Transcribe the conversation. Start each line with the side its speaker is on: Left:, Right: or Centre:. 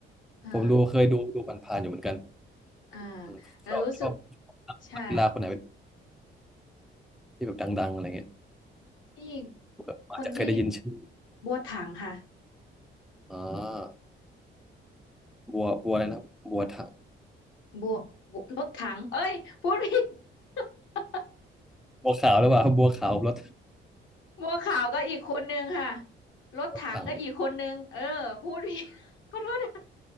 Left: อ่า
Centre: ผมดูเคยดูดูผ่านๆอยู่เหมือนกัน
Left: อ่า
Centre: อืมชอบชอบ
Left: แล้วรู้สึกใช่
Centre: นักกีฬาคนไหนเป็นที่แบบดังๆอะไรเงี้ย
Left: ที่
Centre: แบบอาจจะเคยได้ยินชื่อ
Left: คนที่บัวถังค่ะ
Centre: อ่าบัวบัวอะไรนะ บัวถัง
Left: บัวบัวรถถังเอ้ยพูดผิด <laughs>
Centre: บัวขาวหรือเปล่าบัวขาวรถ
Left: บัวขาวก็อีกคนนึงค่ะรถถังก็อีกคนนึงเออพูดผิด
Centre: รถถัง
Left: <laughs> ขอโทษนะ